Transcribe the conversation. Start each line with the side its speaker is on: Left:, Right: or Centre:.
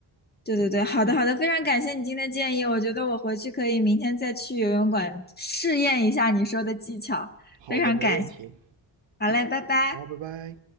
Left: 对对对，好的好的，非常感谢你今天的建议，我觉得我回去可以明天再去游泳馆试验一下你说的技巧。
Right: 好的，
Left: 非常感谢，
Right: 没问题。
Left: 好嘞，拜拜。
Right: 好，拜拜。